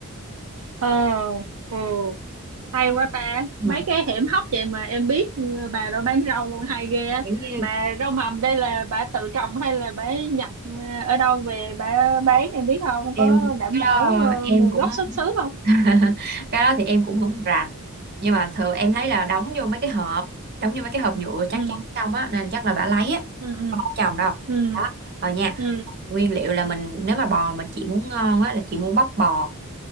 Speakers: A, on the right; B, on the right.
A: ờ ừ hay quá ta
B: ừ.
A: mấy cái hiểm hóc vậy mà em biết ừ, bà đó bán rau luôn hay ghê á
B: Kiểu như
A: mà rau mầm đây là bà tự trồng hay là bà nhập ờ, ở đâu về bà bán em biết không
B: em
A: có đảm
B: cái
A: bảo
B: đó
A: ờ,
B: em
A: nguồn
B: cũng
A: gốc xuất xứ không
B: <laughs> cái đó thì em cũng không rành nhưng mà thường em thấy là đóng vô mấy cái hộp đóng vô mấy cái hộp nhựa trắng
A: ừ
B: trắng trong á nên chắc là bà lấy á
A: ừ ừ
B: không có chồng đâu
A: ừ
B: đó rồi nha
A: ừ
B: nguyên liệu là mình nếu mà bò mà chị muốn ngon á là chị mua bắp bò